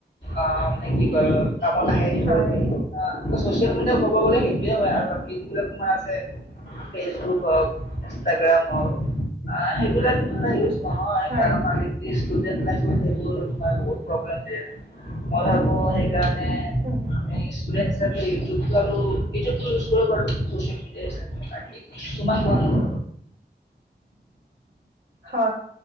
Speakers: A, on the left; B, on the right.
A: আ' মানে কি ক'য় কামত সেইবোৰ
B: হয়
A: হা ছচিয়েল মিডিয়া কব গ'লে সেইটোয়ে হয় আৰু বাকী যিবিলাক তাৰ আছে ফেচবুক হওক ইনষ্টাগ্ৰাম হওক আহ সেইবিলাক কিন্ত এটা ইউজ নহয় এই
B: হয়
A: কাৰণ আজি দিছ <unintelligible> সেইবোৰ তোমাক বহুত প্ৰব্লেম দিযে মই ভাবো সেইকাৰণে
B: হ
A: ষ্টুডেণ্ট হিচাপে ইউটউবটো আৰু ইউটিউবটো ইউজ কৰিব আৰু চচিয়েল মিডিয়া হিচাপে তোমাক কোৱা নহল
B: ম